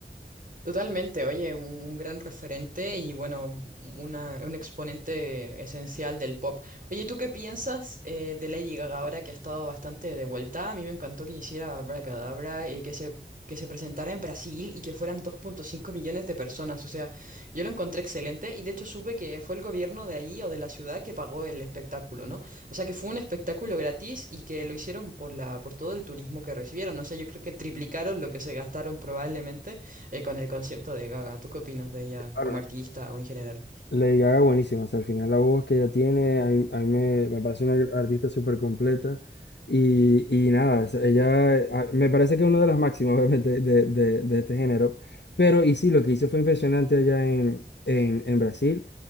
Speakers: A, on the right (about 50°); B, on the left (about 75°).
A: Totalmente, oye, un, un gran referente y bueno, una- un exponente esencial del pop. Oye, ¿tú qué piensas eh, de Lady Gaga ahora que ha estado bastante de vuelta? A mí me encantó que hiciera Abracadabra y que se, que se presentara en Brasil y que fueran 2.5 millones de personas. O sea, yo lo encontré excelente y de hecho supe que fue el gobierno de ahí o de la ciudad que pagó el espectáculo, ¿no? O sea, que fue un espectáculo gratis y que lo hicieron por la, por todo el turismo que recibieron. O sea, yo creo que triplicaron lo que se gastaron probablemente eh, con el concierto de Gaga. ¿Tú qué opinas de ella
B: claro
A: como artista o en general?
B: Lady Gaga buenísima, o sea, al final la voz que ella tiene, a mí, a mí me, me parece una artista súper completa y, y nada, o sea, ella eh, a- me parece que es una de las máximas <laughs> obviamente de, de- de este género, pero y sí, lo que hizo fue impresionante allá en, en, en Brasil